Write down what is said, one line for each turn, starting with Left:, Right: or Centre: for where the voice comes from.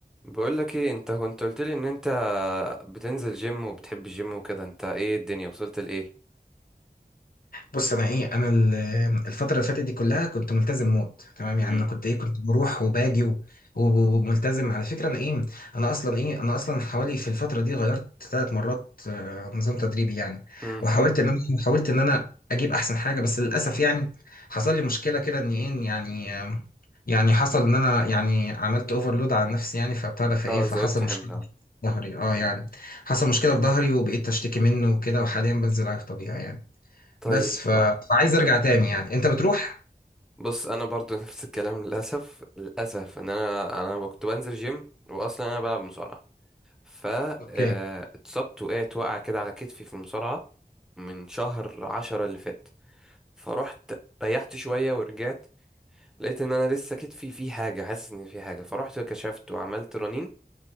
Centre: بقول لك ايه انت كنت قلت لي ان انت بتنزل جيم وبتحب الجيم وكده انت ايه الدنيا وصلت لايه
Left: بص انا ايه انا ال- الفتره اللي فاتت دي كلها كنت ملتزم موت تمام يعني
Centre: مم.
Left: انا كنت ايه كنت بروح وباجي و- وملتزم على فكره انا ايه انا اصلا ايه انا اصلا حوالي في الفتره دي غيرت ثلاث مرات آه، نظام تدريبي يعني
Centre: امم
Left: وحاولت ان انا إيه، حاولت ان انا اجيب احسن حاجه بس للاسف يعني حصل لي مشكله كده ان ايه يعني آه، يعني حصل ان انا يعني عملت اوفرلود على نفسي يعني فبتاع ده فايه
Centre: اه
Left: فحصل
Centre: زودت حمل
Left: مشكله
Centre: آه.
Left: في ظهري اه يعني حصل مشكله في ظهري وبقيت اشتكي منه وكده وحاليا بنزل على الطبيعي يعني
Centre: طيب
Left: بس ف...
Centre: آه.
Left: فعايز ارجع تاني يعني انت بتروح
Centre: بص انا برضو <laughs> نفس الكلام للاسف للاسف ان انا انا كنت بنزل جيم واصلا انا بلعب مصارعه ف
Left: اوكي
Centre: آه، اتصبت وقعت وقعه كده على كتفي في المصارعه من شهر عشرة اللي فات فروحت ريحت شويه ورجعت لقيت ان انا لسه كتفي فيه حاجه حاسس ان فيه حاجه فروحت كشفت وعملت رنين،